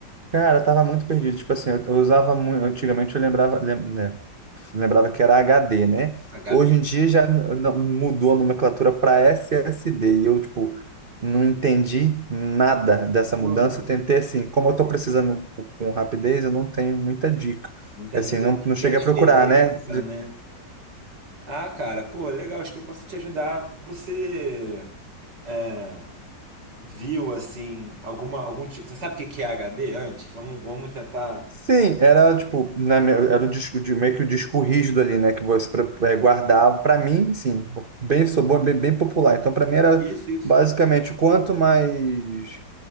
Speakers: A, on the right; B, on the right.
A: Cara, eu tava muito perdido. Tipo assim, eu, eu usava muito. Antigamente eu lembrava, lem- né, lembrava que era HD, né?
B: HD.
A: Hoje em dia já n- não- mudou a nomenclatura para SSD. E eu, tipo, não entendi nada dessa
B: Porra,
A: mudança. Eu tentei, assim, como eu tô precisando com com rapidez, eu não tenho muita dica.
B: muita
A: Assim,
B: dica
A: não,
B: do que
A: não
B: que
A: cheguei
B: é a diferença,
A: a procurar, né?
B: né? Ah, cara, pô, legal, acho que eu posso te ajudar. Você é, viu, assim, alguma, algum tipo. Você sabe o que que é HD antes? Vamos, vamos tentar.
A: Sim, era tipo, na minha- era um disco de meio que o disco rígido ali, né? Que você pra- eh, guardava. Para mim, sim, bem, sou bom, bem, bem popular. Então, para mim era
B: Isso, isso.
A: basicamente quanto mais